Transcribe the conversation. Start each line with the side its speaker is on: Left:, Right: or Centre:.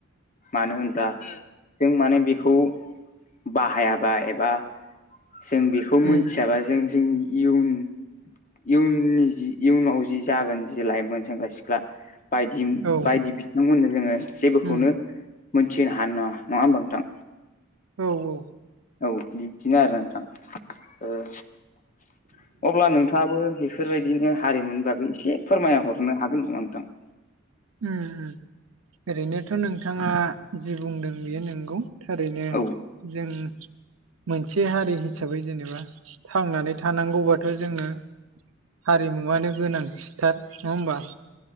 Left: मानो होनब्ला उम जों माने बेखौ बाहायाबा एबा जों बेखौ
Right: उम
Left: मिथियाबा जों जोंनि इयुन इयुननि जि इयुनाव जि जागोन जि लाइमोन सेंग्रा सिख्ला बायदि
Right: औ
Left: बायदि बिथांमोननो जोङो जेबोखौनो
Right: उम
Left: मोनथिहोनो हानाय नङा नङा होमबा नोंथां?
Right: औ औ।
Left: औ बिब्दिनो आरो नोंथां ओ अब्ला नोंथाङाबो बेफोर बेफोरबायदिनो हारिमुनि बागै एसे फोरमायहरनो हागोन नामा नोंथां?
Right: उम उम ओरैनोथ' नोंथाङा जि बुंदों बेयो नंगौ‌। थारैनो
Left: औ
Right: जों मोनसे हारि हिसाबै जेनेबा थांनानै थानांगौबाथ' जोङो हारिमुआानो गोनांथिथार नङा होमबा।